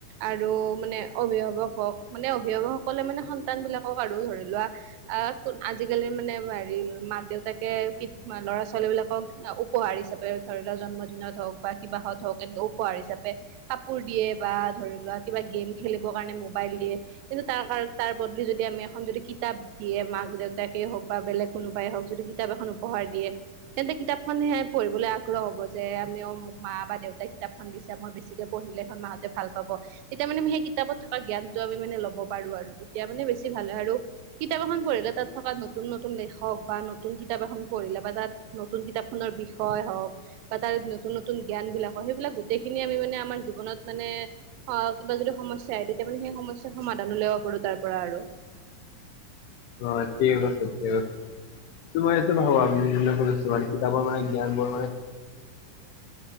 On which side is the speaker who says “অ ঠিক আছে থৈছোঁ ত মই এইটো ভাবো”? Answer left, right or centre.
Left